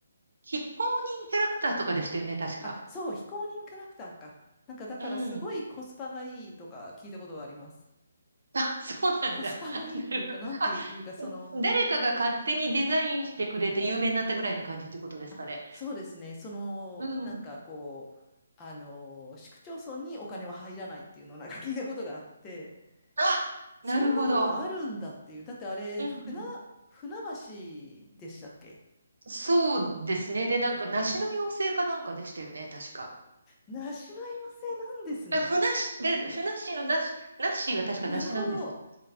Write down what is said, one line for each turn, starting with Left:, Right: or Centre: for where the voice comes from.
Right: 非公認キャラクターとかでしたよね、確か。
Left: あ、そう、非公認キャラクターか。なんか、だからすごいコスパがいいとか聞いたことがあります。
Right: うん。あ、そうなんだ。
Left: コスパがいいっていうか、
Right: なるほどあ、
Left: なんていうか、その、
Right: 誰かが勝手にデザインしてくれて有名になったぐらいな感じってことですかね。
Left: あ、そうですね。その、
Right: うん。
Left: なんかこう、あの、市区町村にお金は入らないっていうのをなんか聞いたことがあって、
Right: あ、
Left: そんなことあるんだっていう。
Right: なるほど。
Left: だってあれ、
Right: うんうん。
Left: 船、船橋でしたっけ
Right: そうですね。で、なんか、梨の妖精かなんかでしたよね、確か。
Left: 梨の寄せなんですね。
Right: え、ふなっし、で、ふなっしーのなし、なっしーは確かなしなんですよ。
Left: なるほど。